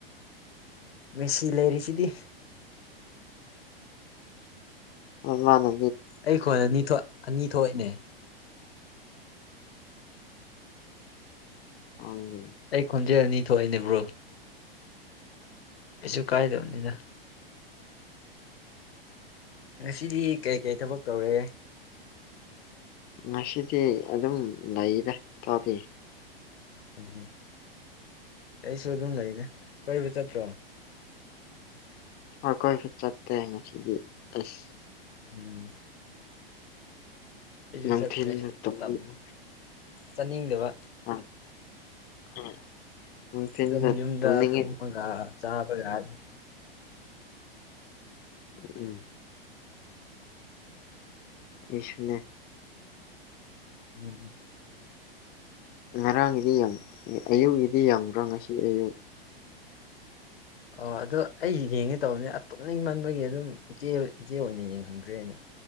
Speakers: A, on the left; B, on the left.
A: ꯃꯦꯁꯤ ꯂꯩꯔꯤꯁꯤꯗꯤ
B: ꯑ ꯃꯥꯅ
A: ꯑꯩꯈꯣꯟ ꯑꯅꯤ ꯑꯅꯤ ꯊꯣꯛꯏꯅꯦ
B: ꯈꯪꯗꯦ
A: ꯑꯩ ꯈꯣꯟꯖꯦꯜ ꯑꯅꯤ ꯊꯣꯛꯑꯦꯅꯦꯕ꯭ꯔꯣ ꯄꯁꯨ ꯀꯥꯏꯗꯧꯅꯤꯗ ꯉꯁꯤꯗꯤ ꯀꯩꯀꯩ ꯊꯕꯛ ꯇꯧꯔꯦ
B: ꯉꯁꯤꯗꯤ ꯑꯗꯨꯝ ꯂꯩꯔꯦ ꯇꯧꯗꯤ
A: ꯎꯝ ꯑꯩꯁꯨ ꯑꯗꯨꯝ ꯂꯩꯅꯦ ꯀꯣꯏꯕꯨ ꯆꯠꯇ꯭ꯔꯣ
B: ꯍꯈꯣꯏꯁꯨ ꯆꯠꯇꯦ ꯉꯁꯤꯗꯤ ꯑꯁ
A: ꯎꯝ ꯑꯩꯁꯨ
B: ꯅꯨꯡꯊꯤꯟꯗ
A: ꯆꯠꯇ꯭ꯔꯦ
B: ꯇꯨꯝꯅꯤꯡꯉꯦ
A: ꯃꯇꯝ ꯆꯠꯅꯤꯡꯗꯕ
B: ꯑ ꯍꯣꯏ ꯅꯨꯡꯊꯤꯟꯗ
A: ꯑꯗꯨꯝ ꯌꯨꯝꯗ
B: ꯇꯨꯝꯅꯤꯡꯉꯦ
A: ꯇꯨꯝꯃꯒ ꯆꯥꯕꯒꯅꯤ
B: ꯎꯝ ꯎꯝ ꯑꯩꯁꯤꯡꯅꯦ
A: ꯎꯝꯝ
B: ꯉꯔꯥꯡꯒꯤꯗꯤ ꯑꯌꯨꯛꯒꯤꯗꯤ ꯌꯥꯝꯕ꯭ꯔꯥ ꯉꯁꯤ ꯑꯌꯨꯛ
A: ꯑꯣ ꯑꯗꯨꯗꯣ ꯑꯩ ꯌꯦꯡꯉꯦ ꯇꯧꯕꯅꯤ ꯇꯨꯝꯅꯤꯡ ꯃꯟꯕꯒꯤ ꯑꯗꯨꯝ ꯏꯆꯦ ꯏꯆꯦ ꯑꯣꯏꯅ ꯌꯦꯡꯍꯟꯗ꯭ꯔꯦ ꯑꯩꯅ